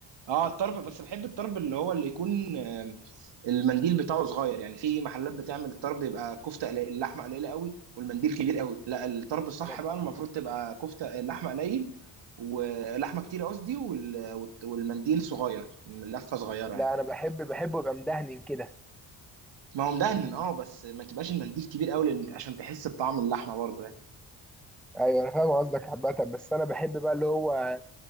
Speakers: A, on the right; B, in the centre.
A: اه الطرب بس بحب الطرب اللي هو اللي يكون آم، المنديل بتاعه صغير يعني في محلات بتعمل الطرب يبقى كفته قليل اللحمه قليله قوي والمنديل كبير قوي لا الطرب الصح
B: انا
A: بقى المفروض تبقى كفته اللحمه قليل ولحمه كتير قصدي وال- والت- والمنديل صغير اللفه صغيره
B: لا
A: يعني
B: انا بحب بحبه يبقى مدهن كده
A: ما هو مدهن اه بس ما تبقاش المنديل كبير قوي لان عشان تحس بطعم اللحمه برضه يعني
B: ايوه انا فاهم قصدك عامة بس انا بحب بقى اللي هو